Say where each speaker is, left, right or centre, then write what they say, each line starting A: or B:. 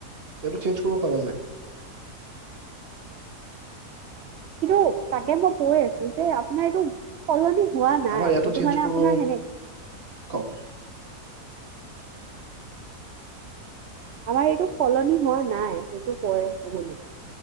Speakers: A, on the right; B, on the right.
A: এইটো চেন্স ব পৰা যায়।
B: কিন্তু তাকে মই কৈ আছো যে আপোনাৰ এইটো সলনি হোৱা নাই
A: আমাৰ ইয়াতো
B: এইটো
A: চেঞ্জ
B: মানে
A: কৰিব
B: আপোনাৰ হেনেকে
A: কওক
B: আমাৰ এইটো সলনি হোৱা নাই নাই সেইটো কৈ আছো মানে